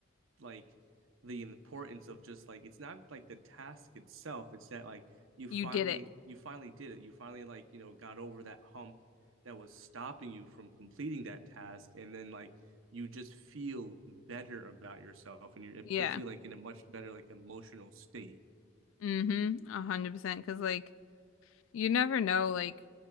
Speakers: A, on the right; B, on the left.
A: like the importance of just like it's not like the task itself. It's that like you finally
B: You did it.
A: you finally did it. You finally like, you know, got over that hump that was stopping you from completing that task. And then like you just feel better about yourself and you're, it
B: Yeah.
A: puts you like in a much better like emotional state.
B: Mm-hmm. A hundred percent. Cause like you never know like